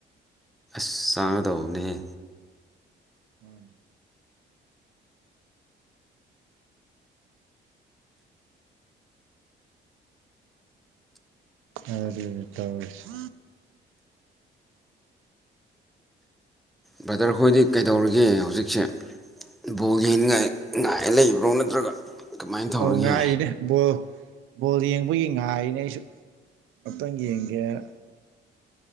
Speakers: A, in the centre; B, on the right (about 85°).
A: ꯆꯥꯒꯗꯧꯕꯅꯤ
B: ꯃꯥꯅꯤ ꯑꯗꯨꯅꯤ ꯇꯧꯔꯤꯁꯦ
A: ꯕ꯭ꯔꯗꯔ ꯈꯣꯏꯗꯤ ꯀꯩꯗꯧꯔꯤꯒꯦ ꯍꯧꯖꯤꯛꯁꯦ ꯕꯣꯜ ꯌꯦꯡꯅꯤꯡꯥꯏ ꯉꯥꯏ ꯂꯩꯕ꯭ꯔꯣ ꯅꯠꯇ꯭ꯔꯒ ꯀꯃꯥꯏꯅ ꯇꯧꯔꯒꯦ
B: ꯑꯧ ꯉꯥꯏꯔꯤꯅꯦ ꯕꯣꯜ ꯕꯣꯜ ꯌꯦꯡꯕꯒꯤ ꯉꯥꯏꯅꯦ ꯑꯩꯁꯨ ꯑꯝꯇꯪ ꯌꯦꯡꯒꯦꯅ